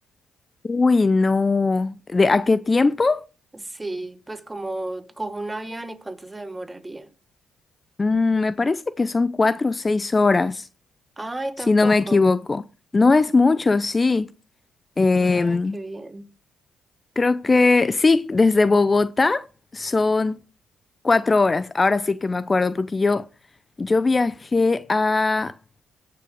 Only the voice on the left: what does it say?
Uy, no. ¿De a qué tiempo?
Mm, me parece que son cuatro o seis horas,
si no me equivoco. No es mucho, sí. Em,
creo que sí, desde Bogotá son cuatro horas. Ahora sí que me acuerdo, porque yo, yo viajé a